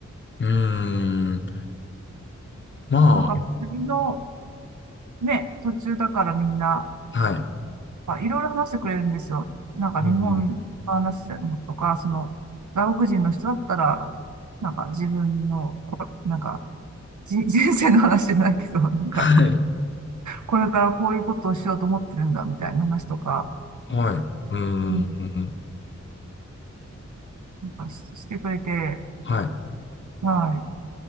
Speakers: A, on the left (about 40°); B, on the right (about 80°).
A: うーん。まあ、
B: なんか旅のね、途中だからみんな、
A: はい。
B: まあ、いろいろ話してくれるんですよ。なんか日本の話でもとか、
A: うん。
B: その、外国人の人だったら、なんか自分の、こ、なんか、じ、<laughs> 人生の話じゃないけど、なんか、
A: はい。
B: これからこういうことをしようと思ってるんだ、みたいな話とか、
A: はい。うーん。
B: うん、なんかし、してくれて、
A: はい。
B: はい。